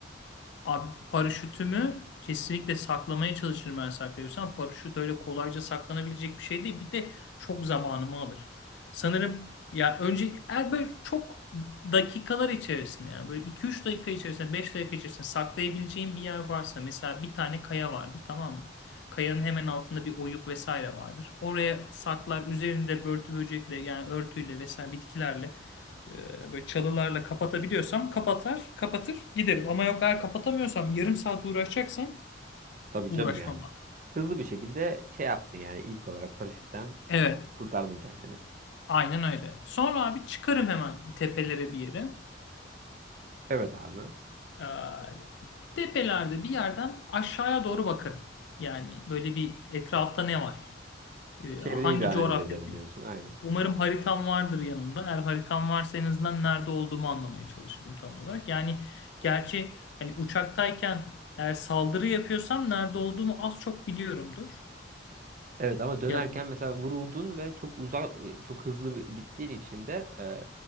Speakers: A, on the left; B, on the right.
A: Abi paraşütümü kesinlikle saklamaya çalışırım eğer saklayabilirsem. Paraşüt öyle kolayca saklanabilecek bir şey değil. Bir de çok zamanımı alır. Sanırım ya önce eğer böyle çok dakikalar içerisinde yani böyle iki üç dakika içerisinde 5 dakika içerisinde saklayabileceğim bir yer varsa mesela bir tane kaya vardır tamam mı? Kayanın hemen altında bir oyuk vesaire vardır. Oraya saklar üzerinde börtü böcekle yani örtüyle vesaire bitkilerle e, böyle çalılarla kapatabiliyorsam kapatar, kapatır giderim. Ama yok eğer kapatamıyorsam yarım saat uğraşacaksam
B: Tabii
A: uğraşmam
B: canım yani.
A: abi.
B: Hızlı bir şekilde şey yaptın yani ilk olarak paraşütten
A: Evet,
B: e, kurtardın kendini.
A: aynen öyle. Sonra abi çıkarım hemen tepelere bir yere.
B: Evet abi.
A: Ee, tepelerde bir yerden aşağıya doğru bakarım. Yani böyle bir etrafta ne var? Ee,
B: Çevreyi
A: hangi
B: bir analiz
A: coğrafyadayım?
B: edelim diyorsun. Aynen.
A: Umarım haritam vardır yanımda. Eğer haritam varsa en azından nerede olduğumu anlamaya çalışırım tam olarak. Yani gerçi hani uçaktayken eğer saldırı yapıyorsam nerede olduğumu az çok biliyorumdur.
B: Evet ama dönerken
A: Yani
B: mesela vuruldun ve çok uzak, çok hızlı bir- gittiğin için de e,